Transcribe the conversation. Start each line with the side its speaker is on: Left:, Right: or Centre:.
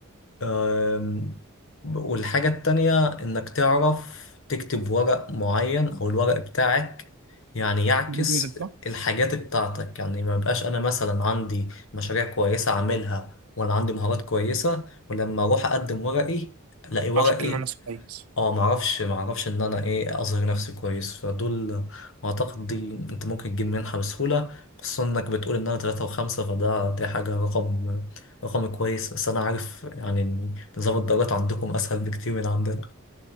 Left: أم، والحاجة التانية إنك تعرف تكتب ورق معين أو الورق بتاعك يعني يعكس
Right: جوزك صح؟
Left: الحاجات بتاعتك يعني ما يبقاش أنا مثلا عندي مشاريع كويسة عاملها وأنا عندي مهارات كويسة ولما أروح أقدم ورقي ألاقي ورقي
Right: عشان كلمة عن نفسه كويس
Left: اه معرفش معرفش ان انا ايه اظهر نفسي كويس فدول اعتقد دي انت ممكن تجيب منحة بسهولة خصوصا انك بتقول ان انا تلاتة وخمسة فده دي حاجة رقم رقم كويس بس انا عارف يعني ان نظام الدرجات عندكم اسهل بكتير من عندنا